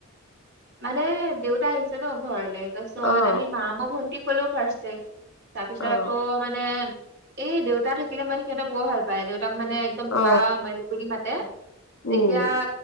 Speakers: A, on the right; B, on the left.
A: মানে দেউতা আহিছে ন ঘৰলে তাৰপিছত
B: অ
A: আমি মা, মই, ভন্টি কলো ফ্ৰাষ্টে। তাৰ পিছত
B: অ
A: আকৌ মানে এই দেউতা থাকিলে মানে সিহঁতৰ বৰ ভাল পায় দেউতাক মানে একদম
B: অ
A: বা মলগুলি মাতে
B: উম
A: এতিয়া